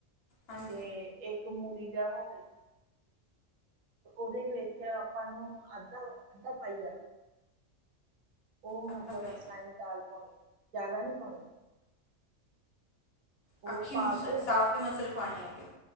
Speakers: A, on the left; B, on the right.
A: ਹਾਂਜੀ
B: ਤੇ ਇੱਕ ਕਮੂਰੀ ਦਾ ਹੋਵੇ। ਉਹਦੇ ਵਿੱਚ ਆਪਾਂ ਨੂੰ ਅੱਧਾ ਅੱਧਾ ਪਾਈਆ ਉਹ
A: ਅੱਛਾ
B: ਮਤਲਬ
A: ਭਾਈ
B: ਮਸਲਾਂ ਦੀ ਦਾਲ ਪਾਉਣੀ। ਜ਼ਿਆਦਾ ਨਹੀਂ ਪਾਉਣੀ। ਉਹ
A: ਅੱਖੀ
B: ਪਾ
A: ਮੁਸ
B: ਕੇ
A: ਸਾਬਤੇ ਮਸਲ ਪਾਉਣੇ
B: ਹਾਂ
A: ਹੈਗੇ ਆ।